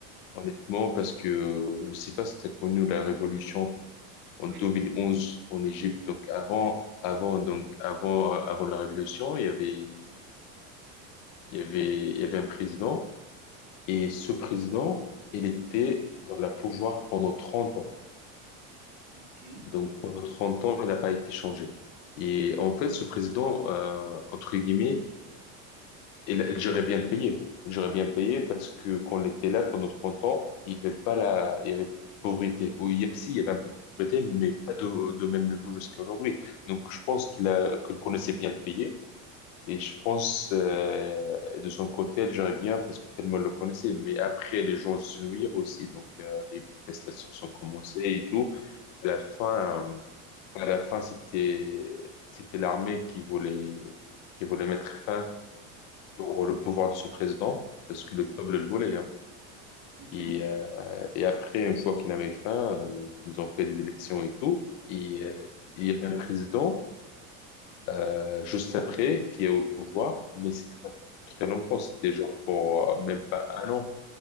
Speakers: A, on the left; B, on the right.
A: Honnêtement, parce que euh, je sais pas si tu as connu la révolution en
B: Oui,
A: 2011 en Égypte.
B: oui,
A: Donc avant, avant, donc avant, euh, avant la révolution, il y avait Il y avait, il y avait un président et ce président, il était dans la pouvoir pendant 30 ans.
B: ok,
A: Donc pendant 30 ans, il n'a pas été changé. Et en fait, ce président, euh, entre guillemets, il, il gérait bien payé. Il gérait bien payé parce que quand il était là pendant 30 ans, il n'y avait pas la, il y avait pas de pauvreté. Ou il y a, si, il y avait un peu de pauvreté, mais pas de, de même niveau jusqu'à aujourd'hui. Donc je pense qu'il a, qu'il connaissait bien payé Et je pense, euh, de son côté, elle gérait bien parce que tellement elle le connaissait. Mais après, les gens se nuirent aussi. Donc, euh, les manifestations sont commencées et tout. À la fin, euh, à la fin, c'était, c'était l'armée qui voulait, qui voulait mettre fin pour le pouvoir de ce président parce que le peuple le voulait, hein.
B: ok.
A: Et, euh, et après, une fois qu'il avait fin, euh, donc, ils ont fait des élections et tout. Et, euh, il y avait un président euh, juste après, qui est au pouvoir, mais c'était pas très longtemps, c'était genre pour euh, même pas un an.